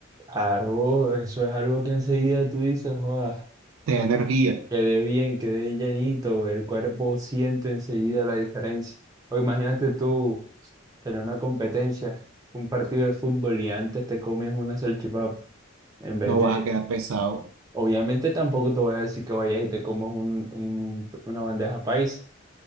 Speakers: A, on the right (about 20°); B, on the right (about 80°).
A: Claro, eso es algo que enseguida tú dices, joda,
B: te da energía,
A: quedé bien, quedé llenito el cuerpo siente enseguida la diferencia. O imagínate tú tener una competencia, un partido de fútbol y antes te comes una salchipapa, en vez
B: no
A: de,
B: vas a quedar pesado.
A: obviamente tampoco te voy a decir que vayas y te comas un, un- una bandeja paisa.